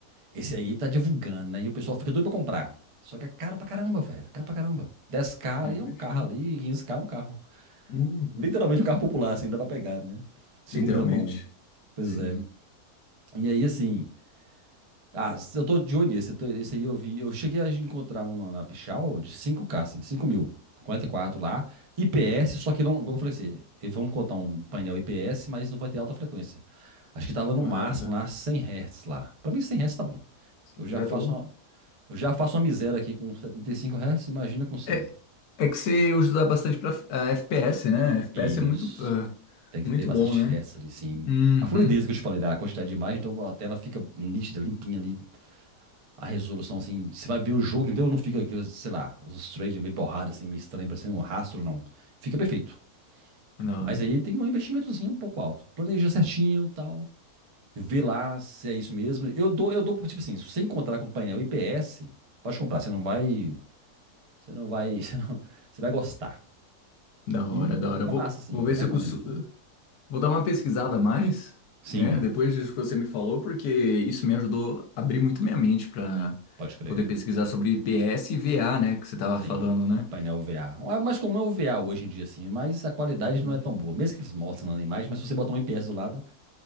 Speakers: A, on the right; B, on the left.
A: Esse aí tá divulgando, né? E o pessoal fica doido pra comprar. Só que é caro pra caramba, velho. Caro pra caramba. Dez k
B: Ah,
A: ali
B: imagino.
A: é um carro ali, 15K é um carro.
B: Uhum.
A: Literalmente um carro popular, assim, dá pra pegar, né? Segunda
B: Literalmente.
A: mão. Pois
B: Sim.
A: é. E aí, assim. Ah, eu tô de olho nesse. eu tô- Esse aí eu vi. Eu cheguei a encontrar um na, na Pichau de 5K, assim, 5 mil. quarenta e quatro lá. IPS, só que não. Como eu falei assim, eles vão botar um painel IPS, mas não vai ter alta frequência. Acho que tava
B: Correta.
A: no máximo lá 100 Hz lá. Pra mim, 100 Hz tá bom. Eu já
B: Já
A: faço
B: tá bom?
A: uma, eu já faço uma miséria aqui com 75 Hz, imagina com cem
B: É, É que você usa usar bastante para FPS, né? FPS
A: Isso.
B: é muito, ah,
A: Tem que
B: muito
A: ter bastante
B: bom, né?
A: Hz ali, sim.
B: Uhum.
A: A fluidez que eu te falei, da quantidade de imagem, então a tela fica nítida, limpinha ali, a resolução, assim, você vai ver o jogo, entendeu? Não fica aqueles, sei lá, os trades meio borrados, assim, meio estranho, parecendo um rastro, não. Fica perfeito.
B: Da
A: Mas
B: hora,
A: aí tem um investimentozinho um pouco alto. Planeja certinho, e tal. Vê lá se é isso mesmo. Eu dou, eu dou, tipo assim, se você encontrar com painel IPS, pode comprar, você não vai, você não vai, <laughs> você não, você vai gostar.
B: da hora,
A: E
B: da hora.
A: é
B: Vou,
A: massa, assim,
B: vou ver
A: eu recomendo.
B: se eu consigo.
A: Hum.
B: Vou dar uma pesquisada a mais,
A: Sim,
B: né? Depois disso que você me falou, porque isso me ajudou a abrir muito minha mente para
A: pode crer.
B: poder pesquisar sobre IPS e VA, né? Que você tava
A: Sim,
B: falando, né?
A: painel VA. Ah, Mas como é o VA hoje em dia, assim, mas a qualidade
B: Uhum.
A: não é tão boa. Mesmo que eles mostrem na imagem, mas se você botar um IPS do lado,